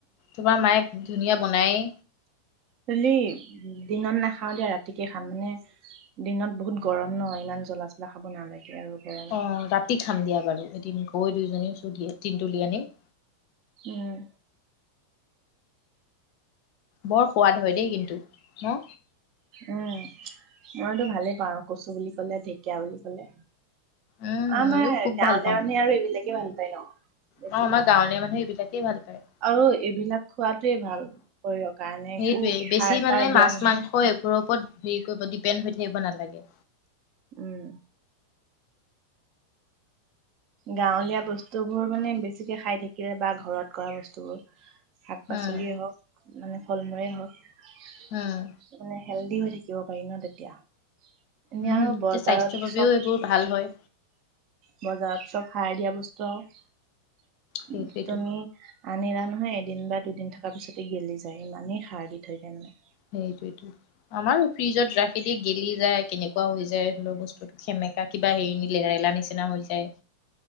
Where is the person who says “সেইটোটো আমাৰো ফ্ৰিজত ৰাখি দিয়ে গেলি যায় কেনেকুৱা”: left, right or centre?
Left